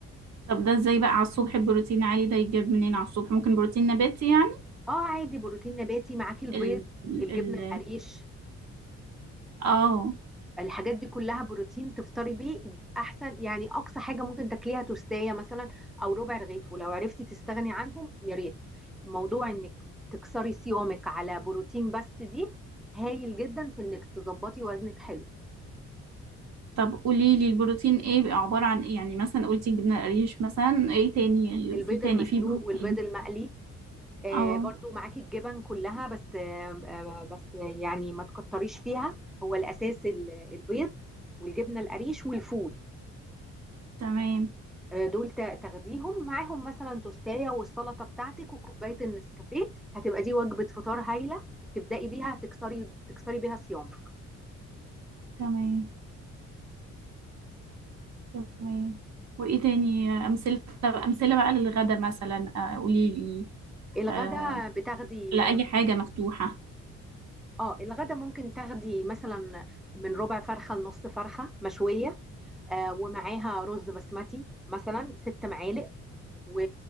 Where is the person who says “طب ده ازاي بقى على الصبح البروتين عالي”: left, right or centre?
Right